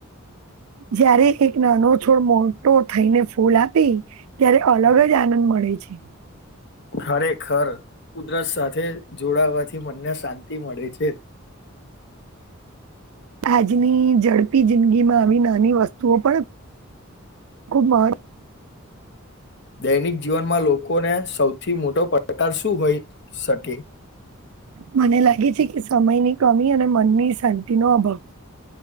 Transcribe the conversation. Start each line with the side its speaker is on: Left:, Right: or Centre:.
Right: જયારે એક નાનો છોડ મોટો થઈને ફૂલ આપી ત્યારે અલગ જ આનંદ મળે. મળ છે.
Left: ખરેખર ઉદરસ સાથે જોડાવાથી મનને શાંતિ મળે છે. <unintelligible> <inaudible>
Right: આજની ઝડપી જિંદગીમાં આવી નાની વસ્તુઓ પણ ગુડ માર્નિંગ.
Left: દૈનિક જીવનમાં લોકોને સૌથી મોટો પડકાર શું હોય શકે? હ <inaudible>
Right: મને લાગે છે કે સમયની કમી અને મનની શાંતિનોો અભાવ.